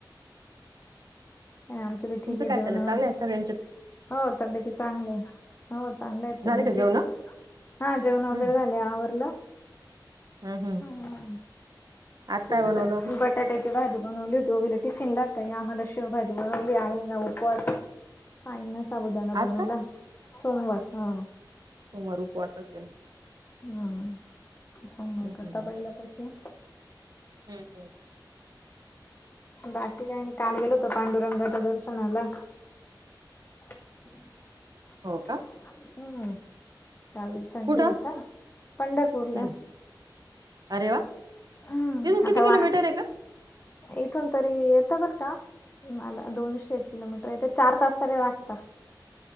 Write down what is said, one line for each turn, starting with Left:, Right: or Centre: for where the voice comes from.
Left: आणि आमच बी ठीक
Right: तुमचं
Left: आहे.
Right: काय
Left: जेवन
Right: चाललं
Left: आवरलं
Right: चांगलं
Left: का?
Right: आहे सगळ्यांच्या
Left: हो तब्येती चांगलं आहे ना, हो चांगले आहे
Right: झाले
Left: तब्येत
Right: का
Left: तेन-
Right: जेवण
Left: हा जेवण
Right: हम्म
Left: वगैरे झाले आवरलं.
Right: हं, हं.
Left: हम्म
Right: आज काय
Left: पोळी
Right: बनवलं
Left: लाटली
Right: मग?
Left: बटाटे- ची भाजी बनवली होती, ओवीला टिफीन लागतंया हे आम्हाला शेवभाजी बनवली आईंना उपवास- आईंना साबुदाणा
Right: आज
Left: बनवला
Right: काय?
Left: सोमवार हा.
Right: सोमवार उपवास असेल.
Left: हम्म सोमवार
Right: हम्म
Left: करता पहिल्यापासून
Right: हम्म
Left: बाकी काही नाही काल गेलो होतो पांडुरंगाच्या दर्शनाला. <inaudible>
Right: हो का
Left: हम्म काल संडे
Right: कुठं?
Left: होता पंढरपूरला-
Right: हं. अरे वा
Left: हम्म
Right: तिथून किती
Left: आता
Right: किलोमीटर
Left: वा
Right: आहे. गं?
Left: इथून तरी येतं बर का- मला दोनशे एक किलोमीटर आहे, एक चार तास तरी लागतात.